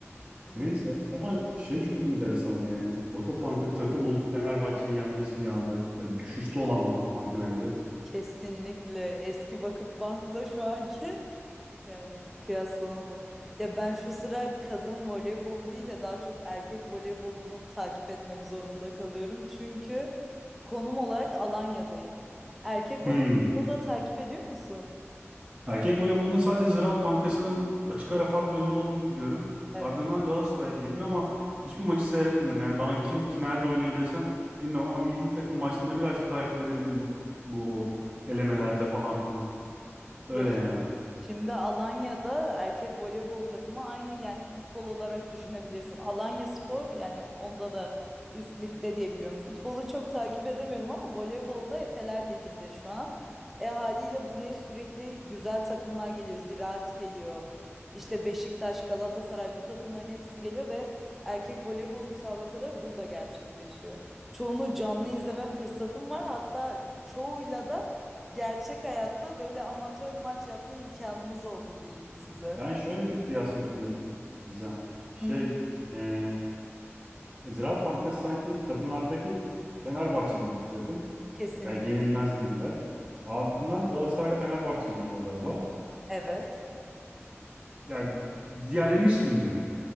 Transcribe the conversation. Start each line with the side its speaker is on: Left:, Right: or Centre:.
Centre: Hmm,
Right: Neyse ama şey çok enteresandı yani. Vakıfbank'ın takım olup Fenerbahçe'yi yenmesi bir anda. Yani düşüşte olan Vakıfbank'ın hem de.
Centre: Kesinlikle eski Vakıfbank'la şu anki <laughs> yani kıyaslanamaz. Ya ben şu sıra kadın voleybolu değil de daha çok erkek voleybolunu takip etmek zorunda kalıyorum. Çünkü konum olarak Alanya'dayım. Erkek
Right: Hmm.
Centre: voleybolunu da takip ediyor musun?
Right: Erkek voleybolunda sadece Ziraat Bankası'nın açık ara farklı önde olduğunu biliyorum.
Centre: Evet.
Right: Ardından Galatasaray geliyor ama hiçbir maçı seyretmiyorum. Yani bana kim ki nerede oynuyor desen bilmem ama milli takım maçlarını birazcık takip edebildim bu, bu elemelerde falan filan. Öyle
Centre: Ya
Right: yani.
Centre: Şimdi Alanya'da erkek voleybol takımı aynı yani futbol olarak düşünebilirsin. Alanya Spor yani onda da üst ligde diye biliyorum. Futbolu çok takip edemiyorum ama voleybolda Efeler Ligi'nde şu an. E haliyle buraya sürekli güzel takımlar geliyor. Ziraat geliyor. İşte Beşiktaş, Galatasaray bu takımların hepsi geliyor ve erkek voleybol müsabakaları burada gerçekleşiyor. Çoğunu canlı izleme fırsatım var. Hatta çoğuyla da gerçek hayatta böyle amatör maç yapma imkanımız oldu diyeyim size.
Right: Ben şöyle bir kıyas yapıyorum Gizem. Şey,
Centre: Hı?
Right: eee, Ziraat Bankası sanki kadınlardaki Fenerbahçe gibi bir takım.
Centre: Kesinlikle.
Right: Yani yenilmez gibiler. Ardından Galatasaray'la Fenerbahçe geliyor galiba.
Centre: Evet.
Right: Yani diğerlerini hiç bilmiyorum.